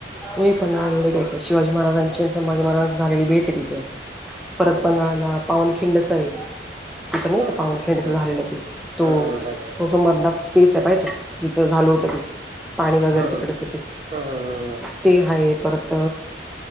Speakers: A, in the centre; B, on the right.
A: तू ये पन्हाळ्याला, लई काय-काय आहे. शिवाजी महाराजांची आणि संभाजी महाराजांची झालेली भेट आहे तिथे. परत
B: हां
A: पन्हाळ्याला, पावनखिंडच आहे. तिथं नाही
B: हां
A: का पावनखिंडचं
B: हां
A: झालेलं ते? तो,
B: हां
A: तो जो मधला स्पे स्पेस आहे पाहिला का तू? तिथं झालं होत ते, पाणी वगैरे
B: हां
A: तिकडंचं
B: हां
A: ते
B: हां हां
A: ते आहे. परत